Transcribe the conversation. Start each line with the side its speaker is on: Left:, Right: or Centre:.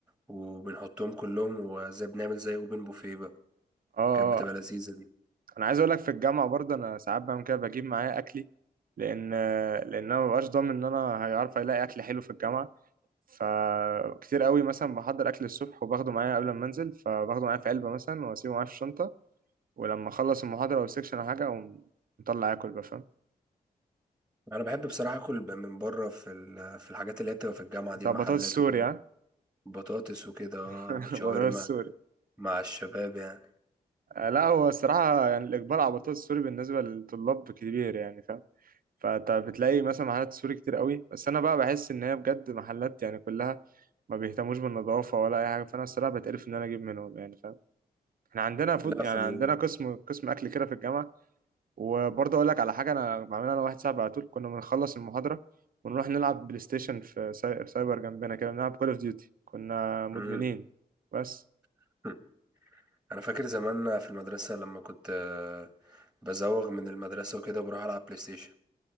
Centre: وبنحطهم كلهم وزي بنعمل زي اوبن بوفيه بقى
Right: اه آه.
Centre: كانت بتبقى
Right: آه.
Centre: لذيذة دي
Right: انا عايز اقول لك في الجامعة برضو انا ساعات بعمل كده بجيب معايا اكلي لان لان انا مبقاش ضامن ان انا هيعرف الاقي اكل حلو في الجامعة فكتير قوي مثلا بحضر اكل الصبح وباخده معايا قبل ما انزل فباخده معايا في علبة مثلا واسيبه معايا في الشنطة ولما اخلص المحاضرة او السكشن او حاجة اقوم مطلع اكل بقى فاهم
Centre: انا بحب بصراحة اكل من بره في ال- في الحاجات اللي هي بتبقى في الجامعة
Right: انت
Centre: دي المحلات
Right: بطاطس سوري
Centre: وكده
Right: ها
Centre: بطاطس وكده اه
Right: <laughs>
Centre: شاورما
Right: بطاطس
Centre: مع الشباب يعني
Right: آه، لا هو الصراحة يعني الإقبال على البطاطس السوري بالنسبة للطلاب كبير يعني فاهم فأنت بتلاقي مثلا محلات سوري كتير قوي بس أنا بقى بحس إن هي بجد محلات يعني كلها ما بيهتموش بالنظافة ولا أي حاجة فأنا الصراحة بتقرف إن أنا أجيب منهم يعني فاهم إحنا عندنا فود
Centre: لا
Right: يعني
Centre: في ال...
Right: عندنا قسم قسم أكل كده في الجامعة وبرضه أقول لك على حاجة أنا بعملها أنا واحد صاحبي على طول كنا بنخلص المحاضرة ونروح نلعب بلاي ستيشن في ساي- سايبر جنبنا كده بنلعب كول أوف ديوتي كنا مدمنين
Centre: مم.
Right: بس
Centre: <laughs> انا فاكر زمان في المدرسة لما كنت آه، بزوغ من المدرسة وكده وبروح العب بلاي ستيشن